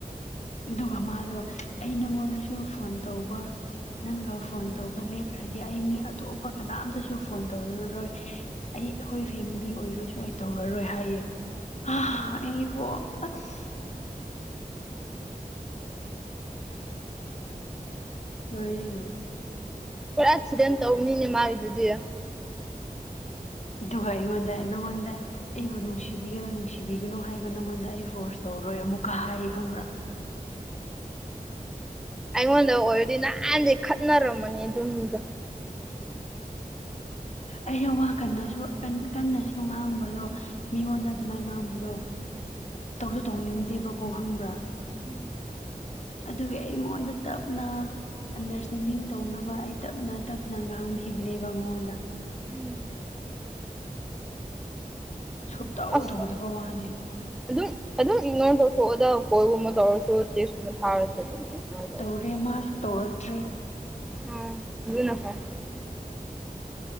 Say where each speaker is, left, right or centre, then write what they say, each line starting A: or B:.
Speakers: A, on the left; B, in the centre.
A: ꯑꯗꯨꯒ ꯃꯥꯗꯣ ꯑꯩ ꯅꯪꯉꯣꯟꯗꯁꯨ ꯐꯣꯟ ꯇꯧꯕ ꯅꯪꯒ ꯐꯣꯟ ꯇꯧꯕ ꯂꯦꯞꯈ꯭ꯔꯗꯤ ꯑꯩ ꯃꯤ ꯑꯇꯣꯞꯄ ꯀꯅꯥꯝꯇꯁꯨ ꯐꯣꯟ ꯇꯧꯔꯔꯣꯏ ꯑꯩ ꯑꯈꯣꯏ ꯐꯦꯝꯂꯤ ꯑꯣꯏꯔꯁꯨ ꯑꯩ ꯇꯧꯔꯔꯣꯏ ꯍꯥꯏꯌꯦ ꯍꯥ ꯑꯩꯀꯣ ꯑꯁ ꯂꯣꯏꯔꯦ ꯂꯣꯏ
B: ꯄꯨꯔꯥ ꯇꯤꯔꯇꯟ ꯇꯧꯅꯤꯅꯦ ꯃꯥꯒꯤꯗꯨꯗꯤ
A: ꯗꯨꯒꯥ ꯑꯩꯉꯣꯟꯗ ꯅꯪꯉꯣꯟꯗ ꯑꯩꯕꯨ ꯅꯨꯡꯁꯤꯕꯤꯌꯨ ꯅꯨꯡꯁꯤꯕꯤꯒꯅꯨ ꯍꯥꯏꯕ ꯅꯪꯉꯣꯟꯗ ꯑꯩ ꯐꯣꯔꯁ ꯇꯧꯔꯣꯏ ꯑꯃꯨꯛꯀ ꯍꯥꯏꯌꯦ ꯈꯪꯕ꯭ꯔꯥ
B: ꯑꯩꯉꯣꯟꯗ ꯑꯣꯏꯔꯗꯤ ꯅꯍꯥꯟꯅ ꯈꯠꯅꯔꯝꯃꯅꯤ ꯑꯗꯨ ꯃꯤꯗꯣ
A: ꯑꯩ ꯋꯥ ꯀꯟꯅꯁꯨ ꯀꯟ ꯀꯟꯅꯁꯨ ꯉꯥꯡꯕꯗꯣ ꯃꯤꯉꯣꯟꯗ ꯑꯗꯨꯃꯥꯏ ꯉꯥꯡꯕꯗꯣ ꯇꯧꯁꯨ ꯇꯧꯅꯤꯡꯗꯦꯕꯀꯣ ꯈꯪꯕ꯭ꯔꯥ
B: ꯎꯝ
A: ꯑꯗꯨꯒꯤ ꯑꯩꯉꯣꯟꯗ ꯇꯞꯅ ꯑꯟꯗꯔꯁꯇꯦꯟꯗꯤꯡ ꯇꯧꯅꯕ ꯑꯩ ꯇꯞꯅ ꯇꯞꯅ ꯉꯥꯡꯕꯤꯕꯅꯦꯕ ꯃꯉꯣꯟꯗ
B: ꯎꯝ
A: ꯁꯨꯛꯇꯧ
B: ꯑꯁ
A: ꯇꯧꯗꯕ ꯋꯥꯅꯦ
B: ꯑꯗꯨꯝ ꯑꯗꯨꯝ ꯏꯛꯅꯣꯔ ꯇꯧꯊꯣꯛꯑꯣꯗ ꯀꯣꯜꯒꯨꯝꯕ ꯇꯧꯔꯁꯨ ꯇꯦꯛꯁꯀꯨꯝꯕ ꯊꯥꯔꯁꯨ ꯑꯗꯨꯝ ꯏꯛꯅꯣꯔ
A: ꯇꯧꯔꯦ ꯃꯥꯁꯨ ꯇꯧꯔꯛꯇ꯭ꯔꯦ
B: ꯑꯥ ꯑꯗꯨꯅ ꯐꯩ